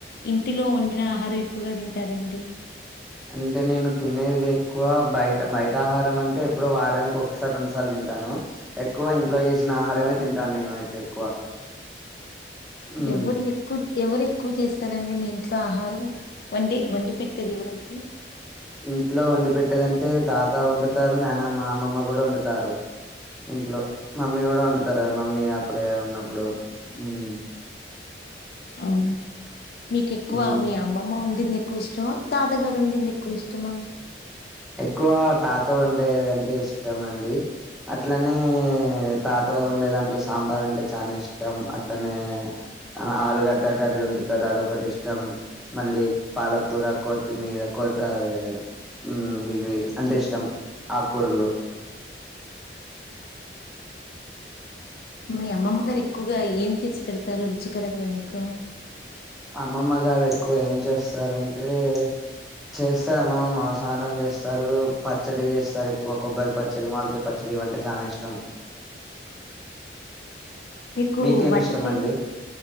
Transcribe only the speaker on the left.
ఇంటిలో వండిన ఆహారం ఎక్కువగా తింటార డి
ఎవరు ఎక్కువ ఎవరు ఎక్కువ చేస్తారండి మీ ఇంట్లో ఆహారం వండి వండి పెట్టేది ఎవరండి
అమ్ మీకు ఎక్కువ
మీ అమ్మమ్మ వండింది ఎ ఎక్కువ ఇష్టమా, తాతాగారు వండింది ఎక్కువ ఇష్టమా?
మీ అమ్మమ్మ గారు ఎక్కువగా ఏం చేసి పెడతారు రుచికరంగా మీకు
మీకు
వంట
చేదొ